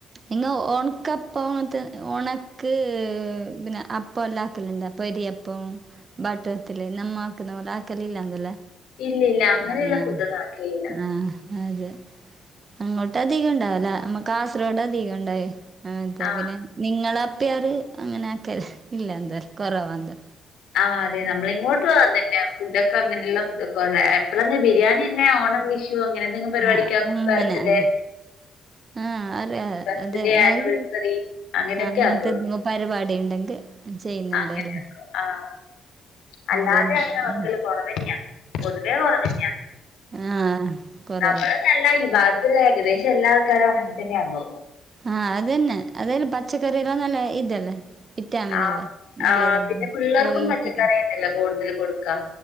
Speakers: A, on the right; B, on the left.
A: നിങ്ങ ഒൺക്കപ്പോണത്തിന് ഒണക്ക് പിന്നെ അപ്പൊല്ലാക്കല്ണ്ടോ പ്പൊടിയപ്പോം ബട്ടത്തില് നമ്മ ആക്കുന്ന പോലെ ആക്കല്ല്ലാന്ന്ല്ലേ?
B: ഇല്ല ഇല്ല അങ്ങനെയുള്ള
A: തന്നെ
B: ഫുഡൊന്നും ആക്കിയില്ല
A: ആഹ്. അതെ അങ്ങോട്ട് അധികം ഇണ്ടാവുല്ല നമ്മ കാസർഗോഡ് അധികം ഇണ്ടാവേ. അങ്ങൻത്തെ
B: ആ
A: പിന്നെ നിങ്ങള അപ്പിയാറ് അങ്ങനെ ആക്കല് ഇല്ല എന്താ കൊറവാ എന്താ
B: ആഹ് അതെ നമ്മളിങ്ങോട്ടും അതന്നെയാ ഫുഡക്കെ അങ്ങനെയൊന്നും കൊറെ എപ്പളങ്കി ബിരിയാണിന്നെ ഓണം, വിഷു അങ്ങനെ എന്തെങ്കിലും പരിപാടിക്കാക്കും.
A: ആഹ് അങ്ങനെ
B: ബർത്ത്ഡേ
A: അങ്ങനെ ആഹ് അറിയ
B: ബർത്ത്ഡേ
A: അത്
B: ആനിവേഴ്സറി
A: ആഹ്
B: അങ്ങനെയൊക്കെ
A: അങ്ങത്തെ
B: ആക്കുള്ളൂ.
A: പരിവാടിണ്ടെങ്കി ചെയ്യുന്നുന്തേലും.
B: അങ്ങനെയാക്കും. ആഹ്, അല്ലാതെ
A: തന്നെ
B: അങ്ങനെ വക്കല് കൊറവന്നെയാ പൊതുവേ കൊറവന്നെയാ.
A: ആഹ് കൊറവ്
B: നമ്മള്ന്നല്ല ഈ ഭാഗത്ത്ള്ള ഏകദേശം എല്ലാ ആൾക്കാരും അങ്ങൻതന്നെയാന്ന് തോന്നുന്നു.
A: ആഹ് അതന്നെ. അല്ലേലും പച്ചക്കറി എല്ലാം നല്ല ഇതല്ലേ? വിറ്റാമിനല്ലേ
B: ആഹ്
A: നല്ലതല്ലേ?
B: ആഹ് പിന്നെ പിള്ളേർക്കും
A: കോയി
B: പച്ചക്കറിയന്നല്ലേ
A: പിന്നെ
B: കൂടുതല് കൊടുക്കാ?